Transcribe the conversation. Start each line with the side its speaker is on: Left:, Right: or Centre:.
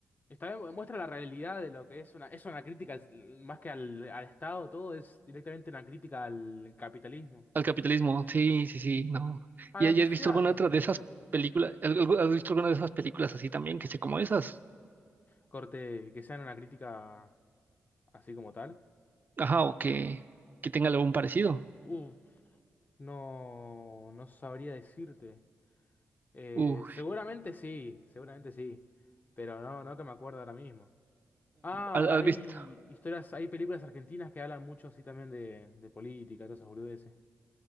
Left: Está bien, muestra la realidad de lo que es una. Es una crítica al- más que al, al Estado, todo es directamente una crítica al capitalismo.
Right: Al capitalismo, sí, sí, sí, no.
Left: A
Right: ¿Y
Left: la
Right: y
Left: sociedad
Right: has visto alguna
Left: también,
Right: otra de esas
Left: más que todo.
Right: películas? al- algu- ¿Has visto alguna de esas películas así también, que sea como esas?
Left: Corte, que sean una crítica así como tal.
Right: Ajá, o que, que tenga algún parecido.
Left: Uf, no, no sabría decirte. Eh,
Right: Uh,
Left: seguramente sí, seguramente sí, pero no, no que me acuerdo ahora mismo. Ah,
Right: ¿has
Left: hay
Right: visto?
Left: historias, hay películas argentinas que hablan mucho así también de, de política, todas esas boludeces.